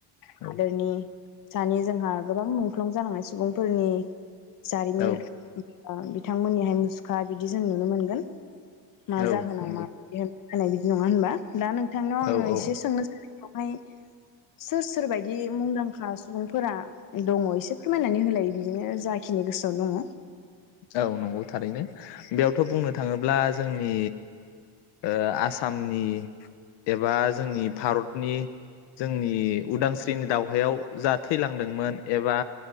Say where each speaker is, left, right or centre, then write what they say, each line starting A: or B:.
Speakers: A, on the left; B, on the left.
A: औ
B: हादोरनि सानि जोंहा गोबां मुंख्लं जालांनाय सुबुंफोरनि जारिमिन
A: औ
B: आ बिथांमोननिहाय मुसुखा बिदि जों नुनो मोनगोन। मा
A: औ
B: जाहोनाव
A: नंगौ
B: मा <unintelligible> होनाय बिदि नङा होनबा दा नों थांनाव
A: औ
B: आङो
A: औ
B: एसे सोंनो <inaudible> हाय सोर सोर बायदि मुंदांखा सुबुंफोरा दङ एसे फोरमायनानै होलायो बिदिनो जाखिनि गोसोआव दङ।
A: औ नंगौ थारैनो बेयावथ बुंनो थाङोब्ला जों नि ओ आ सामनि एबा जोंनि भारतनि जोंनि उदांस्रिनि दावहायाव जा थैलांदोंमोन एबा